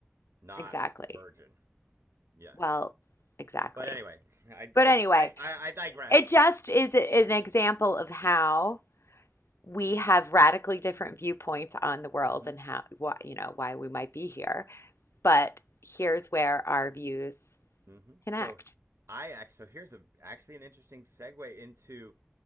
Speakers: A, on the right (about 85°); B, on the left (about 80°).
A: not
B: Exactly.
A: virgin. Yeah.
B: Well, exactly.
A: But anyway, <laughs> I di-
B: But anyway,
A: I, I, I digress.
B: it just is, is an example of how we have radically different viewpoints on the world
A: hmm
B: and how, why, you know, why we might be here. But here's where our views
A: mm hmm
B: connect.
A: So I actually so here's a actually an interesting segue into